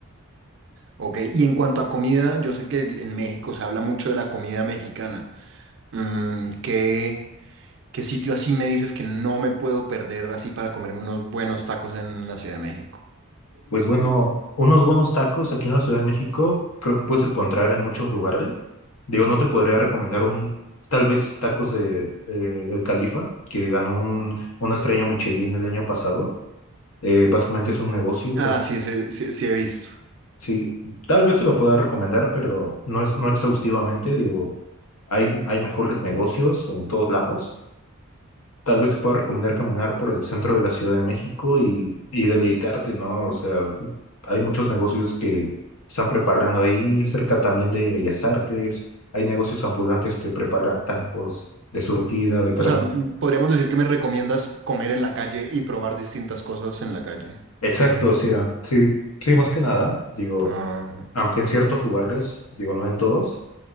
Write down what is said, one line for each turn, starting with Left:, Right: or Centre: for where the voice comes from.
Right: Ok, y en cuanto a comida, yo sé que el- en México se habla mucho de la comida mexicana. Mm, ¿qué, qué sitio así me dices que no me puedo perder así para comerme unos buenos tacos en la Ciudad de México?
Left: Pues bueno, unos buenos tacos aquí en la Ciudad de México creo que puedes encontrar en muchos lugares. Digo, no te podría recomendar un, tal vez tacos de eh, El Califa, que ganó un- una estrella Michelin el año pasado. Eh, básicamente es un negocio
Right: Ah,
Left: que
Right: sí, ese- sí, sí he visto.
Left: sí, tal vez se lo pueda recomendar, pero no es, no exhaustivamente. Digo, hay, hay mejores negocios en todos lados. Tal vez te pueda recomendar caminar por el centro de la Ciudad de México y, y deleitarte, ¿no? O sea, hay muchos negocios que están preparando ahí, cerca también de Bellas Artes, hay negocios ambulantes que preparan tacos de surtida, de carne.
Right: O sea, mm, podríamos decir que me recomiendas comer en la calle y probar distintas cosas en la calle.
Left: Exacto, o sea, sí, sí, más que nada, digo,
Right: Ah.
Left: aunque en ciertos lugares, digo, no en todos.